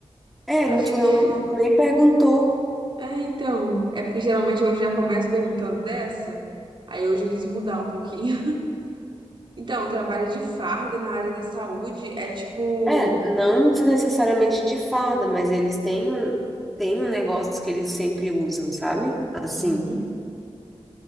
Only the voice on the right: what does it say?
Eu achei
que.
<laughs> Ah, então. É porque geralmente eu já começo perguntando dessa. Aí hoje eu quis mudar um pouquinho. <laughs> Então, trabalho de farda na área da saúde é tipo.
Uhum,